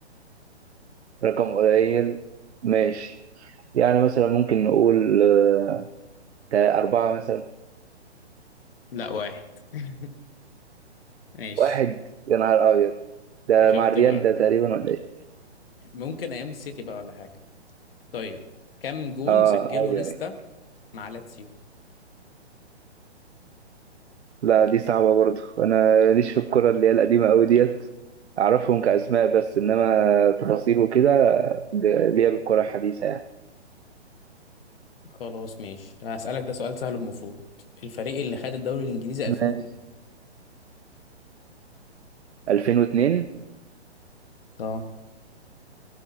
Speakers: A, on the right; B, on the left.
A: رقم قليل ماشي يعني مثلا ممكن نقول آه، ده أربعة مثلا
B: لا واحد <laughs> ماشي
A: واحد يا نهار أبيض ده
B: شفت
A: مع الريال
B: بقى
A: ده تقريبا ولا إيه؟
B: ممكن ايام السيتي بقى ولا حاجة طيب كم جون
A: آه
B: سجله
A: أيوه
B: نيستا
A: أيوة.
B: مع لاتسيو
A: لا دي صعبة برضو أنا ليش في الكرة اللي هي القديمة أوي ديت أعرفهم كأسماء بس إنما تفاصيل وكده ب- ليا بالكرة الحديثة يعني
B: خلاص ماشي هسألك ده سؤال سهل المفروض الفريق اللي خد الدوري الانجليزي
A: ماشي
B: 2002
A: 2002
B: اه